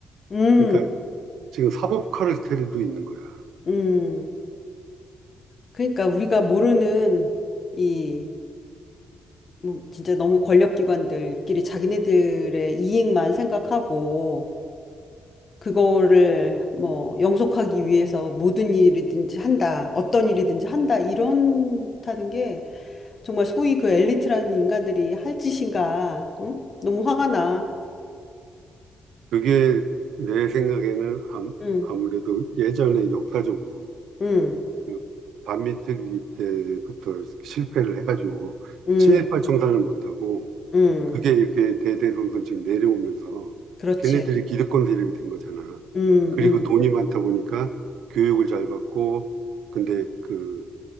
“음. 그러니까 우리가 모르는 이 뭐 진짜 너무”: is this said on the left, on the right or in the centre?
Left